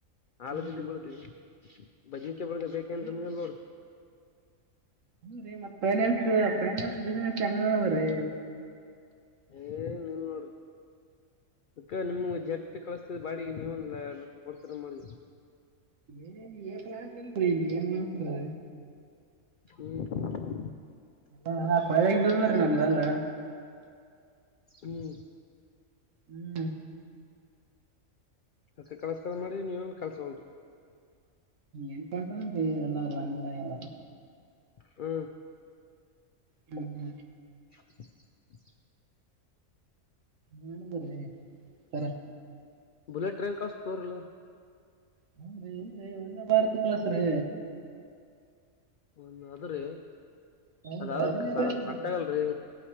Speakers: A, on the left (about 70°); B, on the right (about 70°).
A: ಆಲುಗಡ್ಡಿ
B: ಹ್ಮ್
A: ಬೆಳದ್ವಿ ಬದ್ನಿಕಾಯಿ ಬೆಳದ್ವ
B: ಹೌದ್ರಿ
A: ಬೇಕೇನ್ ನಿಮಗೊಂದ ಲೋಡ್
B: ಹ್ಮ್ ರೀ ಮತ್ ಫೈನಾನ್ಸ್ ಫೈನಾನ್ಸ್ ಬಿಸ್ಸಿನೆಸ್ಸ್ ಹೆಂಗ ನಡದೂದ್ರೀ
A: ಏನಿಲ್ಲ ನೋಡರಿ ಅದಕ್ಕ ನಿಮ್ನ ಜಟ್ ಕಳಸ್ತದ ಬಾಡಿಗೆ ನೀವೊಂದ ಎರಡ್ ಲಕ್ಷ ಕೊಡ್ತಿರ ಅಂತ ಮಾಡಿವ
B: ಏನ ಏಕ್ ಲಾಕ್ ರಿ ಇಲ್ಲಿ ಏನ್ ಆಗ್ತದ
A: ಹ್ಮ್
B: ಹಾ ಹಾ ಕೊಳ್ಳಿಗಿ ಬಿಳ್ಳಬ್ಯಾಡ್ರಿ ನಮ್ದಲ್ಲ.
A: ಹ್ಮ್
B: ಹ್ಮ್
A: ರೋಕ್ ಕಲಸ್ಟಿರಿ ಅಂತ ಮಾಡಿವಿ ನೀವ ಏನ್ ಕಳ್ಸ ವಾರಿ.
B: ಏನ್ ಕಳ್ಸನ್ರಿ ಎಲ್ಲಾರು ಅನಾಡ್ಯಾಳ
A: ಹ್ಮ
B: ಹ್ಮ್ ಹ್ಮ್
A: <inaudible>
B: ಇಲ್ಲಾ ರಿ ಸರ್.
A: ಬುಲ್ಲೆಟ್ ಟ್ರೈನ್ ಕಳ್ಸ್ತೀನ್ ತಗೋರಿ ಇಲ್ಲಾದ್ರ.
B: ಹ್ಮ್ ರಿ ಇಲ್ರಿ ಒಂದೇ ಭಾರತ್ ಕಳಸ್ರಿ.
A: ಒ ಅದ್ರಿ
B: ಹೌದ್ರಿ
A: ಅದ ಆದ್ರ
B: ಅದನ್ನೇ ಬೇಕ್ರಿ
A: ಸೆಟ್ ಆಗಲ್ರಿ.